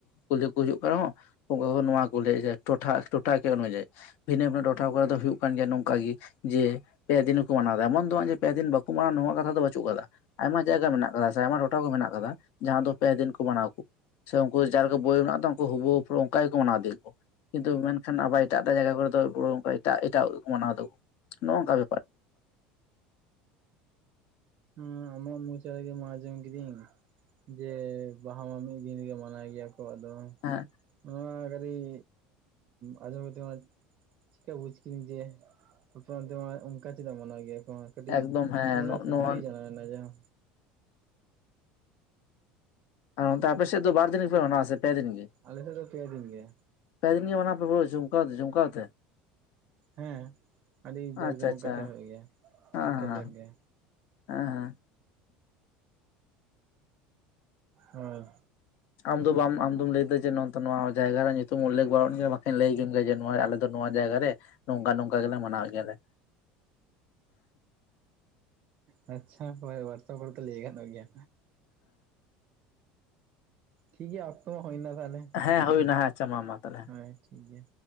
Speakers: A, on the left; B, on the right.
A: ᱠᱩᱠᱞᱤ ᱠᱚ ᱦᱩᱭᱩᱜ ᱠᱟᱱᱟ ᱵᱟᱝᱼᱼ ᱩᱱᱠᱩ ᱦᱚᱸ ᱱᱚᱣᱟ ᱠᱚ ᱞᱟᱹᱭᱮ-ᱟ ᱡᱮ ᱴᱚᱴᱷᱟ ᱴᱚᱴᱷᱟ ᱠᱤᱭᱟᱹ ᱚᱱᱩᱡᱟᱭᱤ᱾ ᱵᱷᱤᱱᱟᱹ ᱵᱷᱤᱱᱟᱹ ᱴᱚᱴᱷᱟ ᱠᱚᱨᱮ ᱫᱚ ᱦᱩᱭᱩᱜ ᱠᱟᱱ ᱜᱮᱭᱟ ᱱᱚᱝᱠᱟ ᱜᱤ ᱡᱮᱼᱼ ᱯᱮ ᱫᱤᱱ ᱦᱚᱸ ᱠᱚ ᱢᱟᱱᱟᱣ ᱮᱫᱟ, ᱮᱢᱚᱱ ᱫᱚ ᱵᱟᱝ ᱡᱮ ᱯᱮ ᱫᱤᱱ ᱵᱟᱠᱚ ᱢᱟᱱᱟᱣᱟ ᱱᱚᱶᱟ ᱠᱟᱛᱷᱟ ᱫᱚ ᱵᱟᱪᱩᱜ ᱠᱟᱫᱟ, ᱟᱭᱢᱟ ᱡᱟᱭᱜᱟ ᱢᱮᱱᱟᱜ ᱠᱟᱫᱟ ᱥᱮ ᱟᱭᱢᱟ ᱴᱚᱴ ᱴᱷᱟ ᱠᱚ ᱢᱮᱱᱟᱜ ᱠᱟᱫᱟ ᱡᱟᱦᱟᱸ ᱫᱚ ᱯᱮ ᱫᱤᱱ ᱠᱚ ᱢᱟᱱᱟᱣᱟ ᱠᱩ᱾ ᱥᱮ ᱩᱱᱠᱩ ᱡᱟᱦᱟᱸ ᱞᱮᱠᱟ ᱵᱳᱭ ᱢᱮᱱᱟᱜ ᱛᱚ ᱩᱱᱠᱩ ᱦᱩᱵᱩᱦᱩ ᱯᱩᱨᱟᱹ ᱚᱱᱠᱟ ᱜᱮᱠᱚ ᱢᱟᱱᱟᱣ ᱤᱫᱤᱭᱟᱠᱚ᱾ ᱠᱤᱱᱛᱩ ᱢᱮᱱᱠᱷᱟᱱ ᱟᱵᱟᱨ ᱮᱴᱟᱜ ᱮᱴᱟᱜ ᱡᱟᱭᱜᱟ ᱠᱚᱨᱮ ᱫᱚ ᱯᱩᱨᱟᱹ ᱚᱱᱠᱟ ᱮᱴᱟᱜ ᱮᱴᱟᱜ ᱢᱟᱱᱟᱣ ᱫᱟᱠᱚ ᱱᱚᱜᱼᱚ ᱱᱚᱝᱠᱟ ᱵᱮᱯᱟᱨ᱾
B: ᱦᱮᱸ ᱟᱢᱟᱜ ᱢᱚᱪᱟ ᱨᱮᱜᱮ ᱢᱟ ᱟᱡᱚᱢ ᱠᱤᱫᱤᱧᱺ ᱡᱮ ᱵᱟᱦᱟ ᱢᱟ ᱢᱤᱫ ᱫᱤᱱ ᱨᱮ ᱜᱮ ᱢᱟᱱᱟᱣ ᱜᱮᱭᱟ ᱠᱚ ᱟᱫᱚᱼᱼ
A: ᱦᱮᱸ
B: ᱱᱚᱣᱟ ᱠᱟᱹᱴᱤᱢ, ᱟᱸᱡᱚᱢ ᱠᱟᱛᱮ ᱢᱟᱼᱼ ᱪᱮᱠᱟ ᱵᱩᱡᱽ ᱠᱤᱫᱤᱧ ᱡᱮ ᱟᱯᱮ ᱚᱱᱛᱮᱢᱟ ᱚᱱᱠᱟ ᱪᱮᱫᱟᱜ ᱢᱟᱱᱟᱣ ᱜᱮᱭᱟ ᱠᱚ? ᱠᱟᱹᱴᱤᱡ
A: ᱮᱠᱫᱚᱢ ᱦᱮᱸ
B: ᱢᱚᱱᱮ
A: ᱱᱚᱜ
B: ᱨᱮ ᱠᱩᱠᱞᱤ
A: ᱱᱚᱣᱟ
B: ᱡᱟᱱᱟᱣ ᱮᱱᱟ ᱡᱟᱸᱦᱟ᱾
A: ᱟᱨ ᱚᱱᱛᱮ ᱟᱯᱮᱥᱮᱫ ᱫᱚ ᱵᱟᱨ ᱫᱤᱱ ᱯᱮ ᱢᱟᱱᱟᱣᱟ ᱥᱮ ᱯᱮ ᱫᱤᱱ ᱜᱮ?
B: ᱟᱞᱮᱥᱮᱫ ᱫᱚ ᱯᱮ ᱫᱤᱱ ᱜᱮ᱾
A: ᱯᱮ ᱫᱤᱱ ᱜᱮ ᱢᱟᱱᱟᱣᱟᱯᱮ ᱯᱩᱨᱟᱹ ᱡᱷᱩᱢᱠᱟ ᱡᱷᱩᱢᱠᱟ ᱛᱮ?
B: ᱦᱮᱸ, ᱟᱹᱰᱤ ᱡᱟᱠ
A: ᱟᱪᱪᱷᱟ
B: ᱡᱚᱢᱚᱠ
A: ᱟᱪᱪᱷᱟ
B: ᱠᱟᱛᱮ ᱦᱩᱭᱩᱜ ᱜᱮᱭᱟ,
A: ᱦᱮᱸ
B: ᱟᱹᱰᱤ ᱠᱟᱡᱟᱠ
A: ᱦᱮᱸ
B: ᱜᱮ᱾
A: ᱦᱮᱸ ᱦᱮᱸ᱾
B: ᱦᱳᱭ
A: ᱟᱢ ᱫᱚ ᱵᱟᱢ ᱟᱢᱫᱚᱢ ᱞᱟᱹᱭ ᱫᱟ ᱡᱮ ᱱᱚᱱᱛᱮ ᱱᱚᱣᱟ ᱡᱟᱭᱜᱟ ᱨᱮᱭᱟᱜ ᱧᱩᱛᱩᱢ ᱩᱞᱞᱮᱠᱷ ᱵᱟᱹᱱᱩᱜ ᱜᱮᱭᱟ᱾ ᱵᱟᱠᱷᱟᱱ ᱞᱟᱹᱭ ᱠᱮᱢ ᱜᱮᱭᱟ ᱱᱚᱣᱟ ᱟᱞᱮ ᱫᱚ ᱱᱚᱣᱟ ᱡᱟᱭᱜᱟ ᱨᱮ ᱱᱚᱝᱠᱟ ᱱᱚᱝᱠᱟ ᱜᱮᱞᱮ ᱢᱟᱱᱟᱣ ᱜᱮᱭᱟ ᱞᱮ᱾
B: ᱦᱮ ᱟᱪᱪᱷᱟ ᱦᱚᱣᱟᱴᱥᱮᱯ ᱨᱮᱫᱚ ᱞᱟᱹᱭ ᱜᱟᱱᱚᱜ ᱜᱮᱭᱟ᱾ ᱴᱷᱤᱠ ᱜᱮᱭᱟ ᱚᱠᱛᱚ ᱦᱚᱸ ᱦᱳᱭᱱᱟ ᱛᱟᱦᱚᱞᱮ᱾
A: ᱦᱮᱸ ᱦᱩᱭᱱᱟ ᱦᱮᱸ ᱟᱪᱪᱷᱟ ᱢᱟ ᱛᱟᱦᱚᱞᱮ᱾
B: ᱦᱳᱭ ᱴᱷᱤᱠ ᱜᱮᱭᱟ᱾